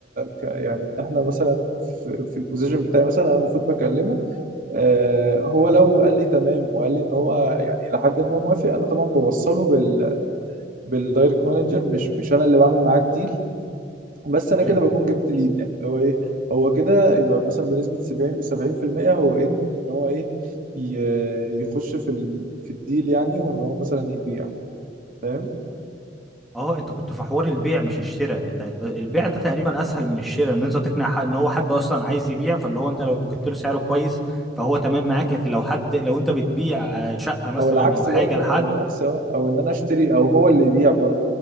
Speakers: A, on the right (about 50°); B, in the centre.
A: ك- يعني ان احنا مثلا في, في البوزيشن بتاعي مثلا انا المفروض بكلمه آه هو لو قال لي تمام وقال لي ان هو يعني لحد ما موافق انا طبعا بوصله بال بالدايركت مانجر مش مش انا اللي بعمل معاه الديل بس انا
B: مم.
A: كده بكون جبت ليد يعني اللي هو ايه هو كده يبقى مثلا بنسبة 70 70% هو ان ان هو ايه ي- يخش في ال في الديل يعني وان هو مثلا يبيع فاهم
B: اه انت كنت في حوار البيع مش الشراء تع- البيع ده تقريبا اسهل من الشراء ان انت تقنع حد ان هو حد اصلا عايز يبيع فاللي هو انت لو جبت له سعره كويس فهو تمام معاك لكن لو حد لو انت بتبيع آه، شقة مثلا
A: او العكس
B: او حاجة
A: برضو
B: لحد
A: او العكس اه او ان انا اشتري او هو اللي يبيع برضو